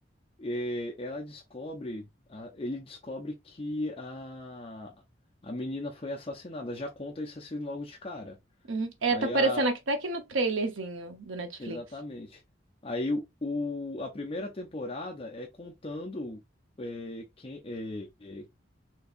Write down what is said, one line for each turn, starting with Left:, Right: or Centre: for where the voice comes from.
Left: é, ela descobre, a- ele descobre que a... a menina foi assassinada. Já conta isso assim logo de cara.
Right: uhum. É,
Left: Aí
Right: tá aparecendo
Left: a...
Right: aqui, tá aqui no trailerzinho do Netflix.
Left: Exatamente. Aí o... o- a primeira temporada é contando é, quem... é, é,